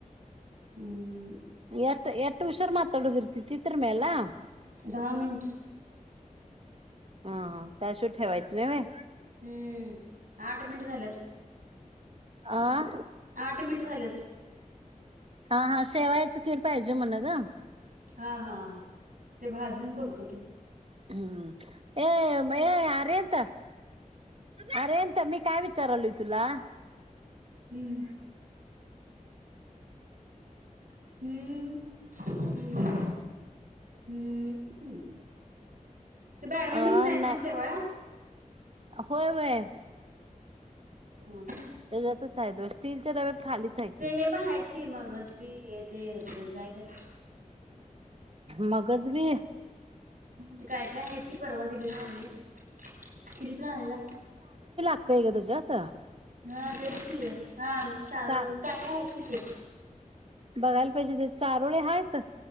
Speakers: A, on the right (about 75°); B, on the right (about 45°).
A: हम्म.
B: एट एट हर्षार मााताडूद इर्ती तिित्र मेला....
A: दहा मिनट.
B: हा हा त्याशिवाय ठेवायच नाही होय.
A: हम्म आठ मिनट झालंच.
B: आ...
A: आठ मिनट झालेच.
B: हा हा शेवायाचं खीर पाहिजे म्हण ग.
A: हा हा ते भाजून करतो की मी.
B: हम्म ये बये अरिहंत अरिहंत मी काय विचारल तुला...
A: हम्म. हम्म ह् हम्म. हम्म ते बॅरल
B: अ
A: मध्येच आहेत ना
B: नाही
A: शेवया
B: होय वय...
A: हा.
B: त्याच्यातच आहे बघ स्टील च्या डब्यात खालीच आहे
A: ते
B: की
A: हे पण आहेत की मगस बी हे ते आपलं काय काय.
B: मगच बी
A: ते काय काय आहेत की परवा दिली ना आम्ही खीरीत घालायला.
B: <inaudible> तेज्यात
A: हा तेच की हां मग चारव
B: चा
A: काय काय आहेत की ते
B: बघायला पाहिजे ते चारोळे हाईत